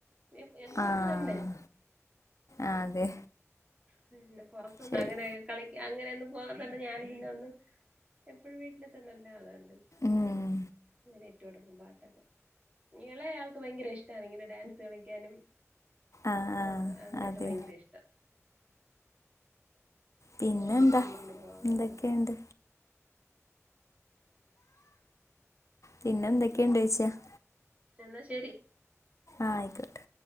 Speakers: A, on the right; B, on the left.
A: എ എന്നും
B: ആഹ്
A: ഇത് തന്നെ
B: ആഹ് അതെ
A: പിന്നെ പൊറത്തുന്ന്
B: ശരി
A: അങ്ങനെയൊക്കെ കളിക്ക അങ്ങനെയൊന്നും പോവാത്തൊണ്ട് ഞാന് പിന്നെ ഒന്ന് എപ്പഴും വീട്ടിൽ തന്നെല്ലേ അതാണ്ട്
B: ഉം
A: അങ്ങനെ ട്ടി കൊടുക്കും പാട്ടൊക്കെ ഇയാളെ ആൾക്ക് ഭയങ്കര ഇഷ്ടാണ് ഇങ്ങനെ ഡാൻസ് കളിക്കാനും
B: ആഹ്
A: ആ
B: ആഹ്
A: അതിനൊക്കെ
B: അതെ
A: ഭയങ്കര ഇഷ്ടാ
B: പിന്നെന്താ
A: ഏ ഈ ടൂറിന് പോവണത്
B: എന്തൊക്കെയുണ്ട്
A: അതൊക്കെ
B: പിന്നെ എന്തൊക്കെണ്ട് <unintelligible>
A: എന്നാ ശെരി
B: ആ അയ്ക്കോട്ടെ